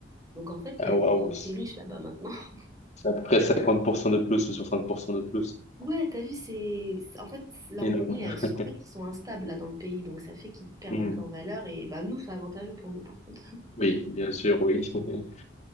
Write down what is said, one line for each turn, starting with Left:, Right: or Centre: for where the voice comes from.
Right: Donc en fait, euh,
Left: Ah
Right: t'es,
Left: waouh.
Right: t'es riche là-bas maintenant. <laughs>
Left: C'est à peu près 50% de plus ou 60% de plus.
Right: Ouais, t'as vu, c'est... c'est- En fait, leur
Left: Énorme.
Right: monnaie, elle- en fait, ils sont instables là dans le pays, donc ça fait qu'ils perdent
Left: Mm.
Right: un peu en valeur et bah nous, c'est avantageux pour nous par contre.
Left: Oui, bien sûr, oui. <laughs>